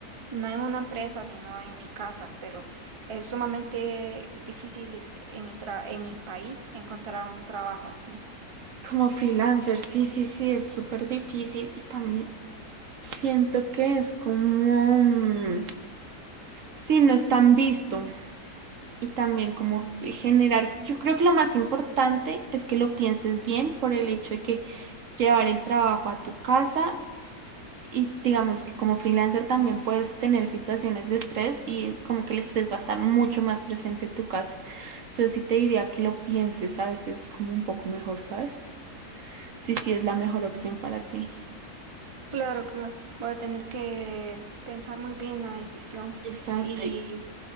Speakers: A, on the right (about 30°); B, on the right (about 60°).
A: no en una empresa, sino en mi casa, pero es sumamente difícil en mi tra- en mi país encontrar un trabajo así.
B: Como freelancer, sí, sí, sí, es súper difícil y también siento que es como, mm, sí, no es tan visto y también como generar, yo creo que lo más importante es que lo pienses bien por el hecho de que llevar el trabajo a tu casa y digamos que como freelancer también puedes tener situaciones de estrés y como que el estrés va a estar mucho más presente en tu casa. Entonces sí te diría que lo pienses a veces como un poco mejor, ¿sabes? Sí, sí es la mejor opción para ti.
A: Claro, claro. Voy a tener que pensar muy bien la decisión.
B: Exacto.
A: Y
B: y-